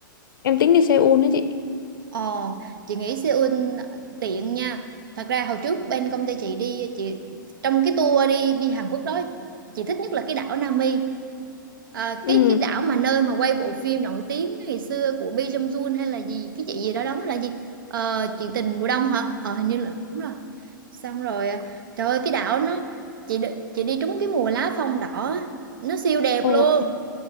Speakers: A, on the left; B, on the right.
A: Em tính đi Seoul đó chị.
B: Ồ, chị nghĩ Seoul tiện nha. Thật ra hồi trước bên công ty chị đi chị trong cái tour đi đi Hàn Quốc đó chị thích nhất là cái đảo Nami. À, cái
A: Ừ.
B: cái đảo mà nơi mà quay bộ phim nổi tiếng ngày xưa của Lee Jong Jun hay là gì cái chị gì đó đóng là gì Ờ, chuyện tình mùa đông hả? Ờ hình như là đúng rồi. Xong rồi à, trời ơi cái đảo nó chị đi- chị đi trúng cái mùa lá phong đỏ á, nó siêu đẹp
A: Ồ,
B: luôn.